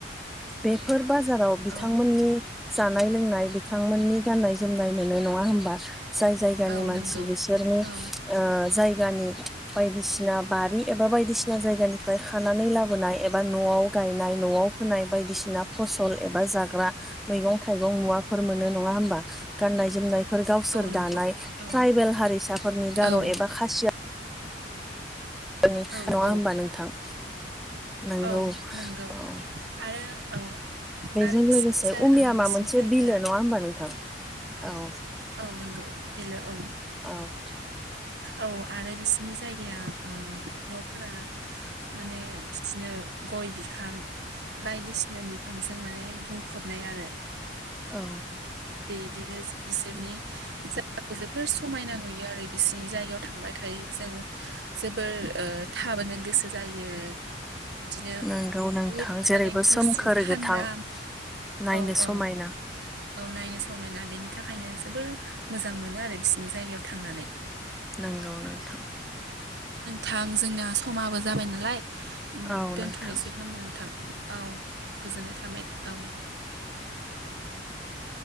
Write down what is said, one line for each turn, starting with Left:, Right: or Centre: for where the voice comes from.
Centre: बेफोर बाजाराव बिथांमोननि
Right: औ
Centre: जानाय लोंनाय बिथांमोननि गान्नाय जोमनाय मोनो नङा होमबा जाय जायगानि
Right: औ
Centre: मानसि
Right: नंगौ
Centre: बिसोरनि
Right: औ
Centre: ओ जाय गानि बायदिसिना बारि एबा बायदिसिना जायगानिफ्राय खानानै लाबोनाय एबा न'आव गायनाय न'आव फोनाय बायदिसिना फसल एबा जाग्रा मैगं थाइगं मुवाफोर मोनो नङा होमबा गाननाय जोमनाय फोर गावसोर
Right: औ नंगौ
Centre: दानाय
Right: औ
Centre: ट्राइबेल हारिसाफोरनि गार'
Right: औ
Centre: एबा खासिया नङा
Right: औ
Centre: होमबा
Right: औ
Centre: नोंथां नंगौ
Right: औ नंगौ
Centre: औ
Right: आरो औ
Centre: बेजों
Right: आरो बिसिनि
Centre: लोगोसे
Right: जा
Centre: उमियामा
Right: ओ बिसिनि
Centre: मोनसे
Right: जायगाया
Centre: बिलो नङा हबा नोंथां औ
Right: औ नंगौ बिलो औ
Centre: औ
Right: औ आरो बिस नि जायगाया ओ न'फोरा माने बिदिनो गय बिफां बायदिसिना बिफांजों माने बुंफबनाय आरो
Centre: औ
Right: बेदिनो बिसोरनि जायाखौ जोबोर समायना नुयो आरो बिसिनि जायगायाव थांबाय थायो जोंङो जोबोद ओ थाबोनो गोसो जायो बिदिनो
Centre: नंगौ नोंथां
Right: बहुद
Centre: जेरैबो
Right: माने गुसु
Centre: सोमखोर
Right: थानदा
Centre: गोथां नायनो
Right: औ
Centre: समायना
Right: औ औ नायनो समायना बेनि बिनि थाखायनो जोबोर मोजां मोनो आरो बिसिनि जायगायाव थांनानै
Centre: नोंगौ नोंथां
Right: थां जोंना समाबो जाबाय नालाय उम
Centre: औ
Right: दोनथ'नोसै
Centre: नोंथां
Right: होमबा नोंथां औ गोजोननाय थाबाय औ <inaudible>